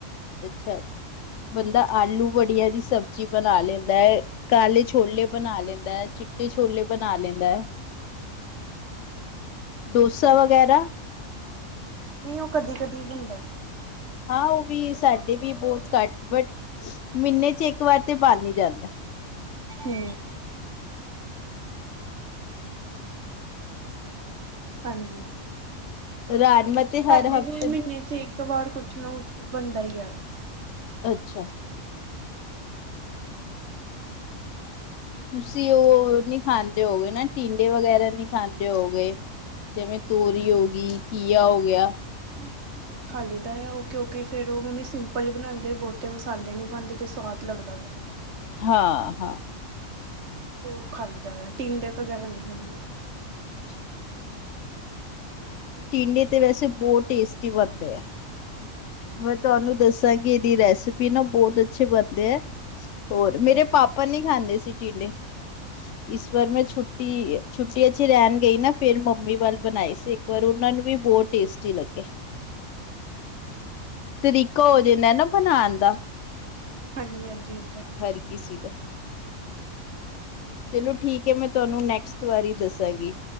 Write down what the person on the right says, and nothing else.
ਹੂੰ।
ਨਹੀਂ ਉਹ ਕਦੀ-ਕਦੀ ਬਨਦਾ
ਹੂੰ ਹਾਂਜੀ।
ਸਾਡੇ
ਵੀ ਮਹੀਨੇ ਚ ਇੱਕ ਵਾਰ ਕੁਛ ਨਾ ਕੁਛ ਬਣਦਾ ਹੀ ਆ।
ਨਹੀਂ ਘੀਆ ਖਾ ਲਈ ਦਾ ਆ, ਉਹ ਕਿਉਂਕਿ ਫੇਰ ਉਹ ਮੰਮੀ ਸਿੰਪਲ ਹੀ ਬਣਾਦੇ ਏ, ਬਹੁਤੇ ਮਸਾਲੇ ਨੀ ਪਾਦੇ ਤੇ ਸਵਾਦ ਲੱਗਦਾ ਫੇਰ ਔ ਖਾਨ ਚ
ਤੇ ਉਹ ਖਾ ਲਈ ਦਾ, ਟਿੰਡੇ ਵਗੈਰਾ ਨਹੀਂ ਖਾਂਦੇ।
ਠੀਕ
ਹੈ।
ਅੱਛਾ।
ਠੀਕ
ਹਾਂਜੀ-ਹਾਂਜੀ,
ਚਲੋ
ਠੀਕ
ਹੈ।